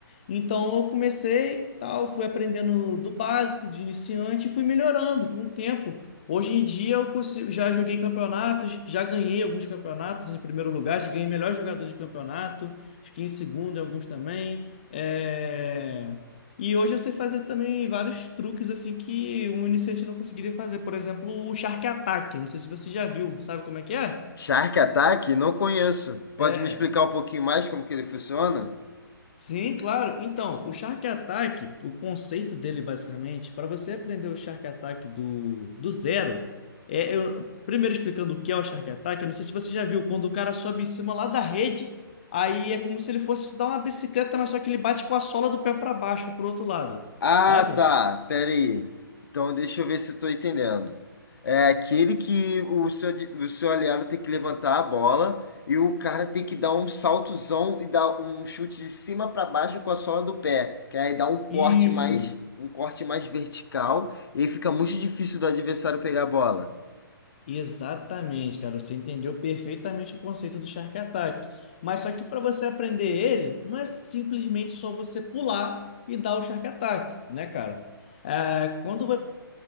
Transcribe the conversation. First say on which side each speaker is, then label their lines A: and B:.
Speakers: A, on the left; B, on the left.
A: Então eu comecei, tal, fui aprendendo do básico, de iniciante, e fui melhorando com o tempo. Hoje em dia eu consigo, já joguei campeonatos, já ganhei alguns campeonatos em primeiro lugar, já ganhei melhor jogador de campeonato, fiquei em segundo em alguns também. É, E hoje eu sei fazer também vários truques assim que um iniciante não conseguiria fazer. Por exemplo, o Shark Attack. Não sei se você já viu, sabe como é que é?
B: Shark Attack? Não conheço. Pode
A: É.
B: me explicar um pouquinho mais como que ele funciona?
A: Sim, claro. Então, o Shark Attack, o conceito dele basicamente, para você aprender o Shark Attack do, do zero, é, eu- primeiro explicando o que é o Shark Attack, eu não sei se você já viu, quando o cara sobe em cima lá da rede, aí é como se ele fosse dar uma bicicleta, mas só que ele bate com a sola do pé para baixo, pro outro lado,
B: Ah,
A: sabe?
B: tá. Pera aí. Então deixa eu ver se eu tô entendendo. É aquele que o seu, ad- o seu aliado tem que levantar a bola e o cara tem que dar um saltozão e dar um chute de cima para baixo com a sola do pé, que aí dá um corte
A: Isso.
B: mais um corte mais vertical e aí fica muito difícil do adversário pegar a bola.
A: Exatamente, cara. Você entendeu perfeitamente o conceito do Shark Attack. Mas só que para você aprender ele, não é simplesmente só você pular e dar o Shark Attack, né, cara? É, quando vo-